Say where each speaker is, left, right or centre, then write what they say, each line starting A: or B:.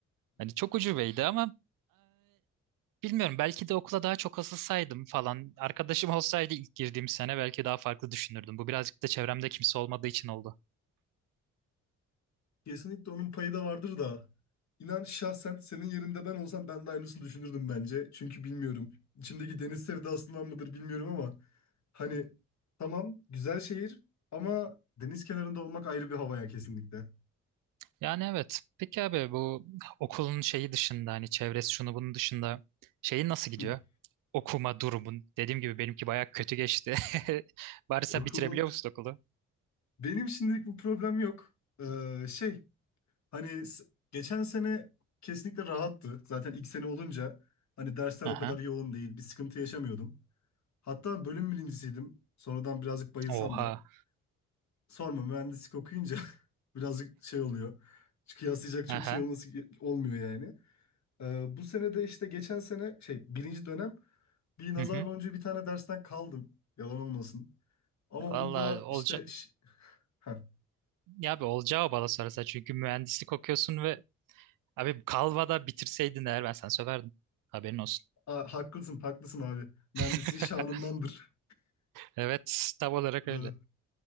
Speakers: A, on the right; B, on the left.
A: Hani çok ucubeydi ama Bilmiyorum belki de okula daha çok asılsaydım falan. Arkadaşım <laughs> olsaydı ilk girdiğim sene belki daha farklı düşünürdüm. Bu birazcık da çevremde kimse olmadığı için oldu.
B: Kesinlikle onun payı da vardır da. İnan şahsen senin yerinde ben olsam ben de aynısını düşünürdüm bence. Çünkü bilmiyorum. İçimdeki deniz sevdasından mıdır bilmiyorum ama hani tamam güzel şehir ama deniz kenarında olmak ayrı bir havaya kesinlikle.
A: Yani evet. Peki abi bu okulun şeyi dışında hani çevresi şunu bunun dışında şeyi nasıl
B: <laughs>
A: gidiyor? Okuma durumun. Dediğim gibi benimki bayağı kötü geçti. <laughs> Bari sen
B: Okumu
A: bitirebiliyor musun okulu?
B: Benim şimdilik bir problem yok. Ee, şey hani s- geçen sene kesinlikle rahattı. Zaten ilk sene olunca hani dersler
A: Aha.
B: o kadar yoğun değil. Bir sıkıntı yaşamıyordum. Hatta bölüm birincisiydim. Sonradan birazcık bayılsam
A: Oha.
B: da. sorma mühendislik okuyunca <laughs> birazcık şey oluyor. Çünkü Kıyaslayacak çok
A: Aha.
B: şey olması olmuyor yani. Ee, bu sene de işte geçen sene şey birinci dönem bir nazar
A: Hı hı.
B: boncuğu bir tane dersten kaldım. Yalan olmasın. Ama
A: Valla
B: onu da
A: olaca
B: işte ş- Heh.
A: ya abi olacağı bana sorarsa çünkü mühendislik okuyorsun ve Abi Kalva'da bitirseydin eğer ben sana söverdim. Haberin olsun.
B: A- haklısın haklısın abi. Mühendisliğin
A: <laughs>
B: şanındandır.
A: Evet, tam olarak öyle.
B: Ee,